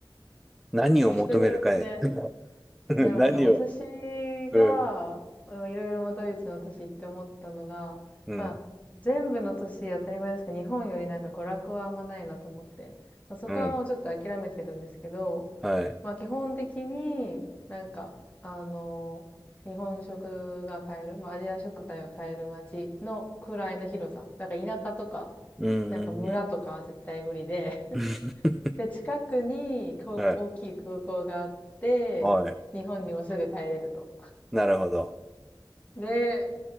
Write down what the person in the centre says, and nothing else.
何を求めるかへ。
<laughs>
何を、
うん、
うん、
うん。はい。
うん、
うん、うん。<laughs>
はい。はい。
なるほど。